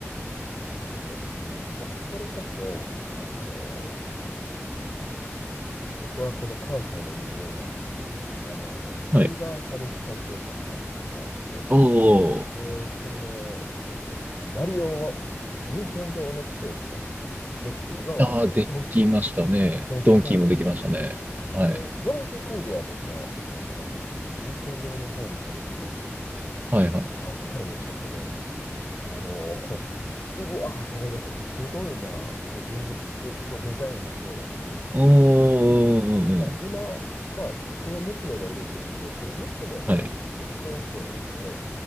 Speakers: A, on the left; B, on the right.
A: やっぱそうですね。だからそれこそ、あの、僕はこの関西の人間なんですけどね、あの、ユニバーサル・
B: はい。
A: スタジオ・ジャパンがあって、
B: おー。
A: で、それのマリオを、任天堂のスペースがね、できて、今はあのドン、
B: ああ、できましたね。
A: ドンキーコング、
B: ドンキーもできましたね。はい。
A: あの、ドンキーコングは僕は行ったことないんですけど、その任天堂の方に行った時に、
B: はいはい。
A: やっぱりね、ちょっとね、あの、<laughs> うわーって思いましたね。すごいな、こうギミック、こうデザインもそうだし、
B: おー。
A: なんか今、
B: うんうんうん。
A: まあ僕は娘がいるんですけど、この娘が今小学校なんですけど、
B: はい。